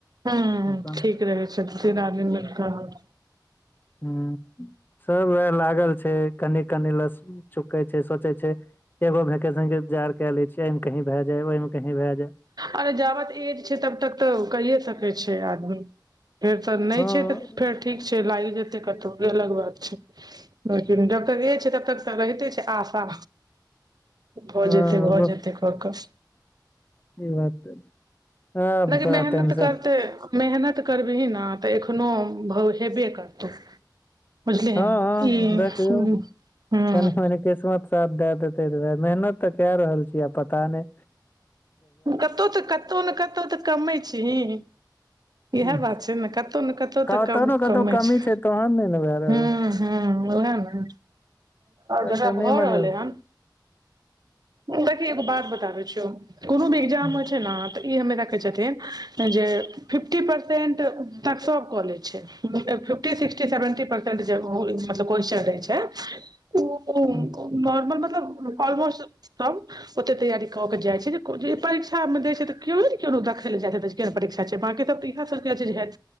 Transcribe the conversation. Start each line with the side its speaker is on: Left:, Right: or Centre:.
Right: हुॅं हुॅं हुॅं
Left: अपन
Right: ठीक रहै छै तीन आदमी मे <unintelligible>
Left: हुॅं उएह लागल छै कनि कनि लस चुकै छै सोचै छै एगो भैकेेशन के इन्जार के लै छीयै एहिमे कहीं भय जाय ओहि मे कहीं भए जेए
Right: अरे जाबत एज छै तब तक तऽ कैए सकै छै आदमी फेर तऽ नै
Left: हँ
Right: छै तऽ फेर ठीक छै लाइग जेतै कतौ अलग बात छै लेकिन जब तक इ छै तब तक तऽ रहिते छै आशा भऽ
Left: हँ
Right: जेते भऽ
Left: बस
Right: जेते फकस
Left: ई बात ह
Right: लेकिन
Left: बरा
Right: मेहनत
Left: टेन्शन
Right: करतै मेहनत करबीही ने तऽ एखनो भ हेबे करतौ बुझलिही
Left: हँ हँ
Right: ई
Left: देखयो
Right: हूँ
Left: कनि मनि किसमत साथ दए देतै तऽएह मेहनत तऽ केए रहल छीयै आब पता नै
Right: कतहु तऽ कतहु ने कतहु तऽ कमै छीही इएह
Left: हँ
Right: बात छै ने कतौ ने कतौ
Left: कतहु
Right: तऽ
Left: ने
Right: कमे
Left: कतहु कमी
Right: छै
Left: तहन नहि ने भए रहल
Right: हुॅं हुॅं उहे ने जकरा
Left: कनि
Right: भऽ
Left: मनि
Right: रहलै
Left: हूं
Right: हन देखी एगो बात बताबै छियो कोनो भी एग्जाम
Left: हूं
Right: हो छै न तऽ ई हमे रा छथिन जे फिफ्टी परसेंट त तक सब कऽ लै छै फी फिटी सिक्टी सेवेन्टी परसेन्ट जे मतलब क्वेस्चन रहै छै ओ
Left: हूं
Right: नॉर्मल मतलब ऑलमोस्ट सब ओते तैयारी कऽ के जाइ छै जे जे परीक्षामे दै छै तऽ केओ नै न केओदेखय लए जाइत हे तै केहन परीक्षा छै बाँकी त तऽ इएह सभकेज हैत